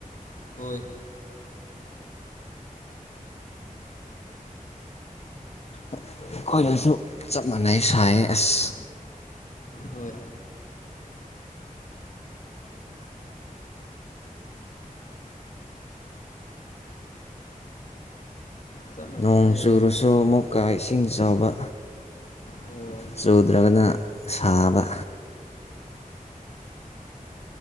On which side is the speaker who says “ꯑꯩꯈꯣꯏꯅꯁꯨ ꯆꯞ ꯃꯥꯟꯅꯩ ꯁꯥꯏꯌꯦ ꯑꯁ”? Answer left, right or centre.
Left